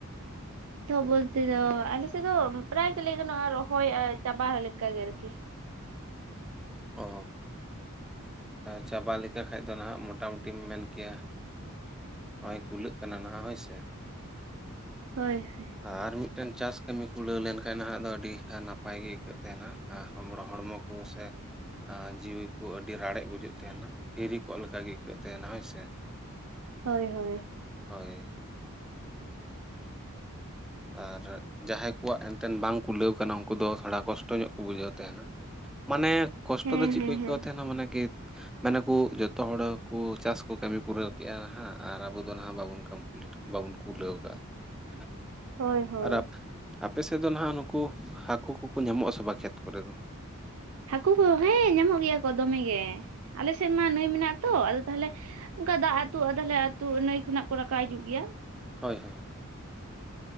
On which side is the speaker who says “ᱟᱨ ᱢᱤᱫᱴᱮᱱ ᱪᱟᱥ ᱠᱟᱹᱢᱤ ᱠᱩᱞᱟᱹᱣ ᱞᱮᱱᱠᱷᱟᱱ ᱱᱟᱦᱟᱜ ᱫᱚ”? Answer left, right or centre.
Centre